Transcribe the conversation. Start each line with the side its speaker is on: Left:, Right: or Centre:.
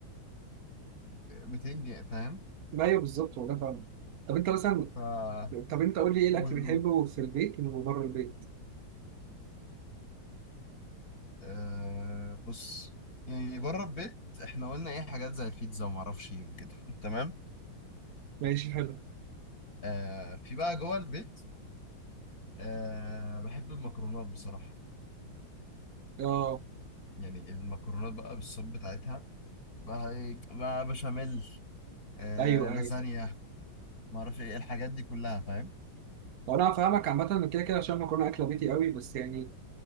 Left: 200 جنيه فاهم
Right: ما ايوه بالظبط والله فاهم طب انت مثلا
Left: ف
Right: طب انت قول لي ايه
Left: قول
Right: الاكل
Left: قول
Right: بتحبه في البيت ومن بره البيت
Left: أه بص يعني بره البيت احنا قلنا ايه حاجات زي البيتزا وما اعرفش ايه وكده <laughs> تمام
Right: ماشي حلو
Left: أه في بقى جوه البيت أه بحب المكرونات بصراحة
Right: اه
Left: يعني المكرونات بقى بالصوص بتاعتها بقى ايه بقى بشاميل أه
Right: ايوه
Left: لازانيا
Right: ايوه
Left: ما اعرفش ايه الحاجات دي كلها فاهم
Right: هو انا فاهمك عامه من كده كده عشان المكرونه اكله بيتي قوي بس يعني